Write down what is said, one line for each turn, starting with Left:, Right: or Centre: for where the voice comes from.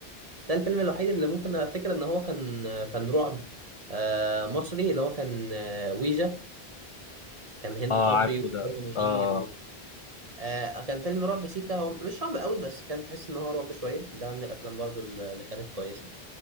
Right: ده الفيلم الوحيد اللي ممكن افتكر ان هو كان كان رعب آه، مصري اللي هو كان آه، ويجا كان هند
Left: اه
Right: صبري
Left: عارفه
Right: وتامر
Left: ده
Right: منير
Left: اه
Right: و... آه، كان فيلم رعب سيكا هو مش رعب قوي بس كان تحس ان هو رعب شوية ده من الافلام برضو اللي كانت كويسة